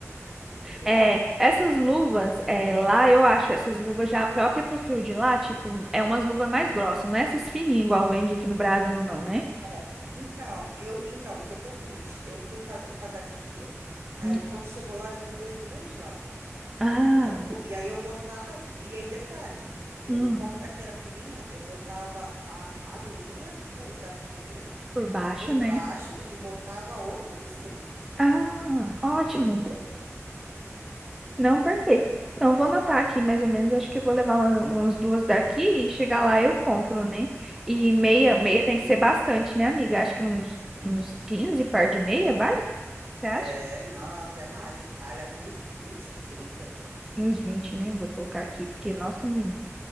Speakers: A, on the right; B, in the centre.
A: entendeu?
B: É, essas luvas, é, lá eu acho essas luvas já própria pro frio de lá, tipo, é umas luvas mais grossas, não é essas fininhas igual vende aqui no Brasil, não, né?
A: É. Então, eu, então, o que que eu fiz? Eu fui cada, cada aqui, aí
B: Hum.
A: quando chegou lá, eu comprei duas lá,
B: Ah,
A: entendeu? Por- E aí eu botava, e aí detalhe, eu,
B: hum,
A: como a daqui era fininha, eu botava a, a minha por, daqui
B: por baixo,
A: por
B: né?
A: baixo e botava a outra por cima,
B: Ah, ótimo.
A: entendeu?
B: Não, perfeito. Então, eu vou anotar aqui mais ou menos. Acho que eu vou levar uma- umas duas daqui e chegar lá eu compro, né? E meia,
A: Isso,
B: meia tem que
A: isso.
B: ser bastante, né, amiga? Acho que uns, uns 15 par de meia, vai? Você acha?
A: É, não, até mais. Ah, leva uns 20, 30.
B: Uns vinte né? Vou colocar aqui, porque, nossa, menina,